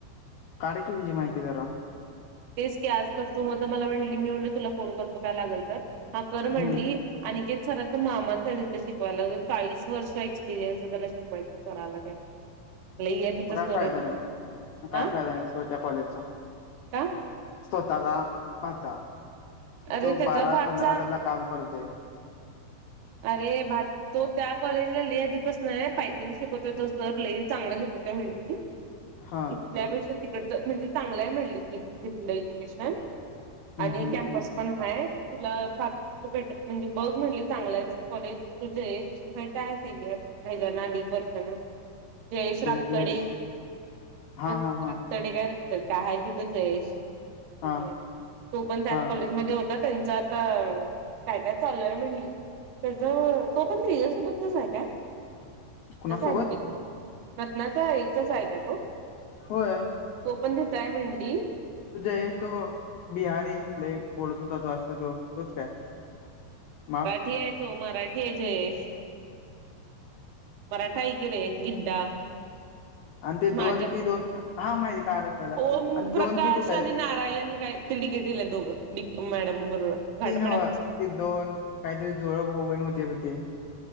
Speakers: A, on the left; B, on the right.
A: काड कि तिचीी माहिती जरा
B: तेच की आज तर तू म तर मला म्हणली मी म्हणले तुला फोन करतो काय लागल तर हा कर म्हणली.
A: हम्म
B: आणख सराचा मामाच आहेिथ शिकवायला चाळीस वर्ष एक्सपिरियन्स त्याला शिकवायचा सराला त्या लई आहे तिचा
A: म काय
B: सर
A: फायदा
B: आहे तिथं
A: नाही
B: तो
A: काय
B: हा
A: फायदा नाही सुडत त्या कॉलेजचा
B: का?
A: स्वत का माचा
B: अरे
A: तो
B: त्याचा
A: बारा
B: भाचा
A: पंधरा जला काम करतोय
B: अरे बा. तो त्या कॉलेजला लि आधीपच नाही पायथन शिकवतोय तो सर लई चांगला शिकवताय मिळती.
A: हा
B: इथल्यापेक्षा तिकड म्हणजे चांगलाय म्हणली त घलं एज्युकेशन
A: हम्म
B: आणि
A: हम्म
B: कॅम्पस पण हाय तुला बाु भेटत म्हणजे बघ म्हणली चांगला. कॉलेज तू जयश मात आहे सिनियर काझ ना आणि वर्षान जयश्रापतडी
A: जयेश हा
B: तडे
A: हा हा
B: काय रत का आहे की तो जयेश सिनियर
A: हा
B: तो पण त्यात
A: हा
B: कॉलेजमध्ये होता. त्यांच आता काय काय चालू आहे म्हणली. त्याचा तो पण तिज्यासोबतचच आहे का
A: कुणासोबत
B: तब तो रत्नाचा याचाच आहे काय तो
A: होय.
B: तोपणेतय म्हडी
A: तु जयश तो बिहारी ल बोलत होता तोत तो तोच काय? मग
B: ठी आहे तो मराठी आहे जये मराठा आहे की रे, गिड्डा
A: आणि ते दोन
B: माझ्या,
A: ती दोन हा माहिती काल त्याला
B: ओम
A: आणि
B: प्रकाश
A: दोन ती कुठे आहेत
B: आणि नारायण काय. ती डिकेटीला आहेत दोघं मॅडम बरोबर.
A: ती
B: घाट
A: नव्ह
B: मॅडमची
A: ते दोन, काहीतरी जुळ भाऊबहिन होती‌ बग ती.